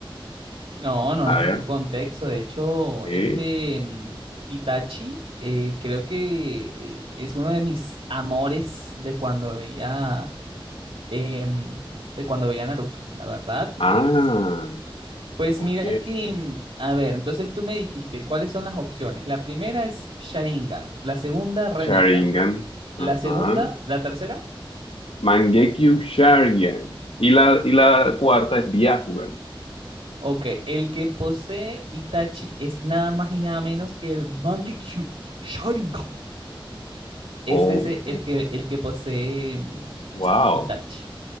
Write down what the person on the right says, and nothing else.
No, no
necesito
contexto. De hecho,
este mm, Itachi eh, creo que eh, es uno de mis amores de cuando veía em, de cuando veía Naruto, la verdad, de
sí. Pues
mira que, mm, a ver, entonces tú me dijiste cuáles son las opciones. La primera es Sharingan, la segunda Renengan,
la
segunda, la tercera.
Ok, el que posee Itachi es nada más y nada menos que el Mangekyou Sharingan. Es
ese el que, el que posee mm,
Itachi,